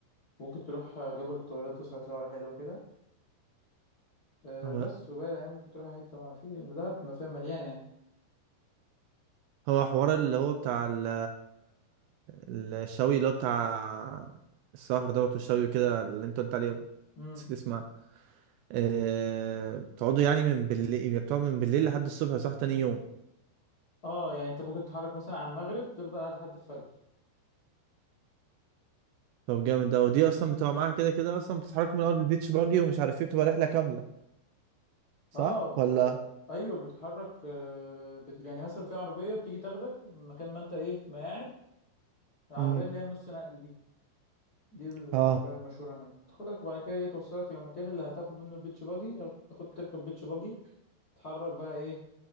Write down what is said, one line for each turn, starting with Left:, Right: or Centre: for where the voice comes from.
Left: ممكن تروح جبل الطويلات تسهر سهرة حلوة كده أه
Right: هو
Left: بس وباقي الأيام ممكن تروح أي حتة بقى في دهب ما فيها مليانة يعني
Right: هو حوار اللي هو بتاع ال- الشوي اللي هو بتاع السهر دوت والشوي وكده اللي انت قلت عليه
Left: امم
Right: نسيت اسمها أه... بتقعدوا يعني من بالليل يعني بتقعدوا من بالليل لحد الصبح صح تاني يوم
Left: اه يعني انت ممكن تتحرك مثلا على المغرب تفضل قاعد لحد الفجر
Right: طب جامد ده ودي اصلا بتبقى معاها كده كده اصلا بتتحركوا من الاول بالبيتش باجي ومش عارف ايه بتبقى رحلة كاملة صح
Left: اه بت...
Right: ولا
Left: ايوه بتتحرك آه، بت... يعني مثلا في عربية بتيجي تاخدك من مكان ما انت ايه ما قاعد العربية
Right: امم
Left: اللي هي النص نقل دي دي العربية
Right: اه
Left: المشهورة هناك تاخدك وبعد كده ايه توصلك للمكان اللي هتاخد منه البيتش باجي تاخد تركب بيتش باجي تتحرك بقى ايه